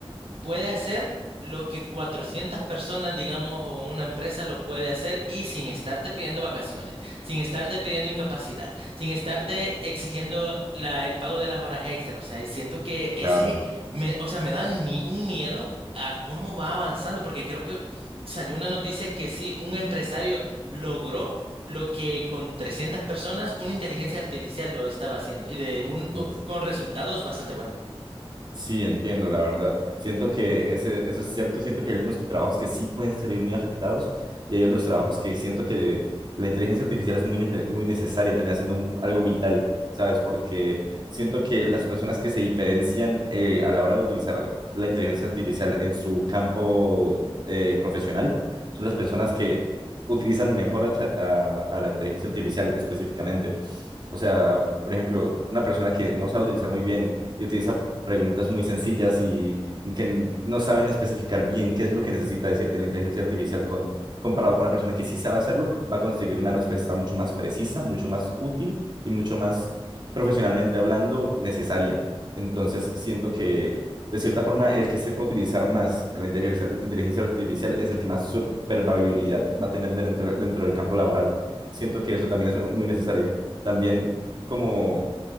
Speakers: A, on the right; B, on the right.
A: puede hacer lo que 400 personas, digamos, o una empresa lo puede hacer y sin estarte pidiendo vacaciones, sin estarte pidiendo incapacidad, sin estarte exigiendo la- el pago de las horas extra. O sea, y siento que ese,
B: claro.
A: me, o sea, me da ni- un miedo a cómo va avanzando, porque creo que salió una noticia que sí, un empresario logró lo que con 300 personas una inteligencia artificial lo estaba haciendo y de un,
B: Uf.
A: o- con resultados bastante buenos.
B: Sí, entiendo, la verdad. Siento que ese, eso es cierto. Siento que hay algunos trabajos que sí pueden salir muy afectados y hay otros trabajos que siento que la inteligencia artificial es muy, nece- muy necesaria, termina siendo un- algo vital, ¿sabes? Porque siento que las personas que se diferencian eh, a la hora de utilizar la inteligencia artificial en su campo eh, profesional son las personas que utilizan mejor a, chat- a a la inteligencia artificial específicamente. O sea, por ejemplo, una persona que no sabe utilizar muy bien y utiliza preguntas muy sencillas y que no saben especificar bien qué es lo que necesita decirte la inteligencia artificial con, comparado con una persona que sí sabe hacerlo, va a conseguir una respuesta mucho más precisa, mucho más útil y mucho más profesionalmente hablando necesaria. Entonces, siento que de cierta forma el que sepa utilizar más la inteligencia, inteligencia artificial es el que más supervivibilidad va a tener dentro, dentro del campo laboral. Siento que eso también es muy necesario. También como